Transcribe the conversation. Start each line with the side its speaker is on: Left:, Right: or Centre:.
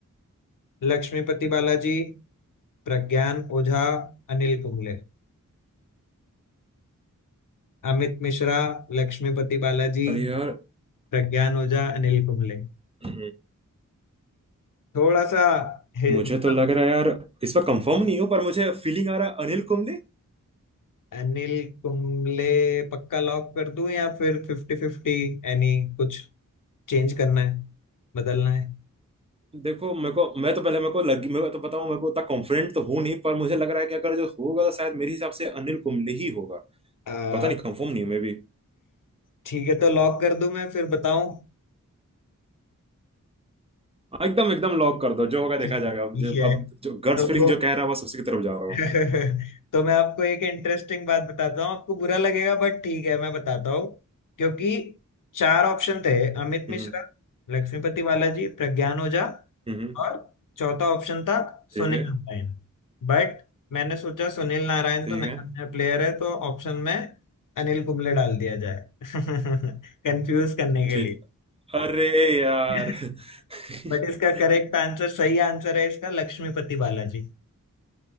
Left: लक्ष्मीपति बालाजी प्रज्ञान ओझा अनिल कुंबले अमित मिश्रा लक्ष्मीपति बालाजी
Right: अरे यार
Left: प्रज्ञान ओझा अनिल कुंबले
Right: हम्म,
Left: थोड़ा सा हे-
Right: मुझे
Left: मतलब
Right: तो लग रहा है यार इस पर कंफर्म नहीं हो पर मुझे फीलिंग आ रहा है अनिल कुंबले
Left: अनिल कुंबले पक्का लॉक कर दूं या फिर फिफ्टी फिफ्टी यानी कुछ चेंज करना है बदलना है
Right: देखो मेरे को मैं तो पहले मेरे को लगी मैं तो बताऊं मेरे को उतना कॉन्फिडेंट तो हूं नहीं पर मुझे लग रहा है कि अगर जो होगा तो शायद मेरे हिसाब से अनिल कुंबले ही होगा
Left: आ,
Right: पता नहीं कंफर्म नहीं हूं मैं भी
Left: ठीक है तो लॉक कर दूं मैं फिर बताऊं
Right: हाँ, एकदम एकदम लॉक कर दो जो होगा देखा
Left: ठीक
Right: जाएगा अब जो
Left: है
Right: अब जो गट्स
Left: तो
Right: फीलिंग जो कह रहा है बस उसी की तरफ जा रहा
Left: <laughs>
Right: हूँ
Left: तो मैं आपको एक इंटरेस्टिंग बात बताता हूँ आपको बुरा लगेगा बट ठीक है मैं बताता हूँ क्योंकि चार ऑप्शन थे अमित मिश्रा
Right: हम्म
Left: लक्ष्मीपति बालाजी प्रज्ञान ओझा
Right: हम्म हम्म।
Left: और चौथा ऑप्शन था
Right: ठीक
Left: सुनील
Right: है
Left: नारायण बट मैंने सोचा सुनील नारायण
Right: ठीक
Left: तो नया
Right: है
Left: नया प्लेयर है तो ऑप्शन में अनिल कुंबले डाल दिया जाए <laughs> कंफ्यूज करने के
Right: ठीक
Left: लिए
Right: अरे यार
Left: <laughs>
Right: <laughs>
Left: बट इसका करेक्ट आंसर सही आंसर है इसका लक्ष्मीपति बालाजी